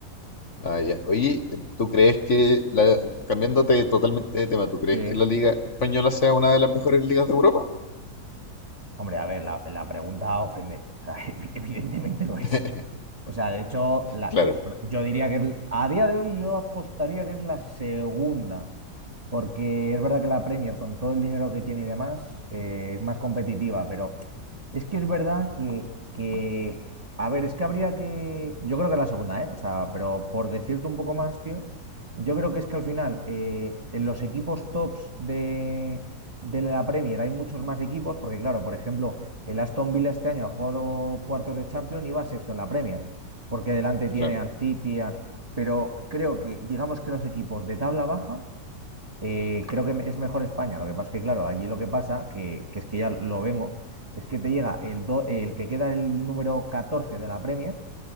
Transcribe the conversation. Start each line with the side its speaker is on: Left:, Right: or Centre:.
Left: Ah, ya. Oye, eh, ¿tú crees que, la, cambiándote totalmente de tema, ¿tú crees
Right: Sí.
Left: que la Liga Española sea una de las mejores ligas de Europa?
Right: Hombre, a ver, la, la pregunta ofende. O sea, <laughs> evi- evidentemente lo es.
Left: <laughs>
Right: O sea, de hecho, la-
Left: Claro,
Right: es- yo diría que el- a día de hoy yo apostaría que es la segunda. Porque es verdad que la Premier, con todo el dinero que tiene y demás, eh, es más competitiva, pero es que es verdad que, que- a ver, es que habría que, yo creo que la segunda, ¿eh? O sea, pero por decirte un poco más, tío, yo creo que es que al final eh, en los equipos tops de, de la Premier hay muchos más equipos, porque claro, por ejemplo, el Aston Villa este año ha jugado cuartos de Champions y va sexto en la Premier, porque delante tiene
Left: claro,
Right: al City, al- pero creo que, digamos que los equipos de tabla baja eh, creo que es mejor España. Lo que pasa es que, claro, allí lo que pasa, que, que es que ya lo vemos, es que te llega el, do- el que queda el número 14 de la Premier